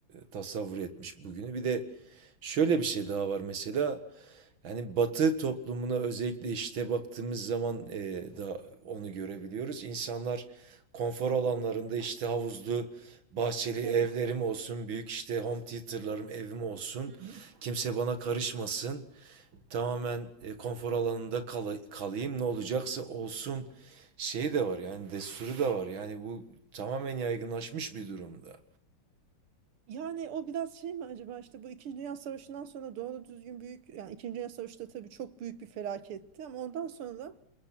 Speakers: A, on the right; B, on the right.
A: tasavvur etmiş bugünü. Bir de şöyle bir şey daha var mesela. Yani Batı toplumuna özellikle işte baktığımız zaman e, da onu görebiliyoruz. İnsanlar konfor alanlarında işte havuzlu, bahçeli
B: evet.
A: evlerim olsun, büyük işte home theater'larım, evim olsun.
B: Hı hı.
A: Kimse bana karışmasın tamamen e, konfor alanında kala- kalayım ne olacaksa olsun şey de var yani desturu da var yani bu tamamen yaygınlaşmış bir durumda.
B: Yani o biraz şey mi acaba işte bu İkinci Dünya Savaşı'ndan sonra doğru düzgün büyük yani İkinci Dünya Savaşı da tabii çok büyük bir felaketti ama ondan sonra